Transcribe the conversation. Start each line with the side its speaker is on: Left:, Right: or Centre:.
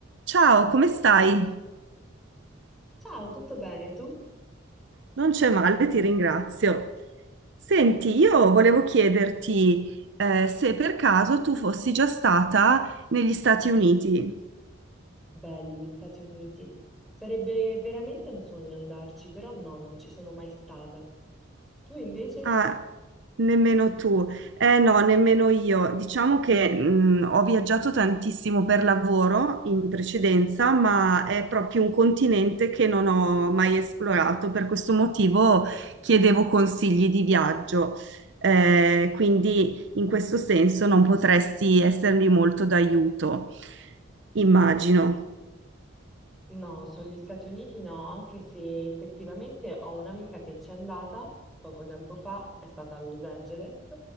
Right: Ciao, come stai?
Centre: Ciao, tutto bene? Tu?
Right: Non c'è male, ti ringrazio. Senti, io volevo chiederti eh, se per caso tu fossi già stata negli Stati Uniti.
Centre: Belli gli Stati Uniti. Sarebbe veramente un sogno andarci, però no, non ci sono mai stata. Tu invece?
Right: Ah, nemmeno tu. Eh no, nemmeno io. Diciamo che mh, ho viaggiato tantissimo per lavoro in precedenza, ma è proprio un continente che non ho mai esplorato. Per questo motivo chiedevo consigli di viaggio. Eh, quindi in questo senso non potresti essermi molto d'aiuto, immagino.
Centre: No, sugli Stati Uniti no, anche se effettivamente ho un'amica che c'è andata poco tempo fa, è stata a Los Angeles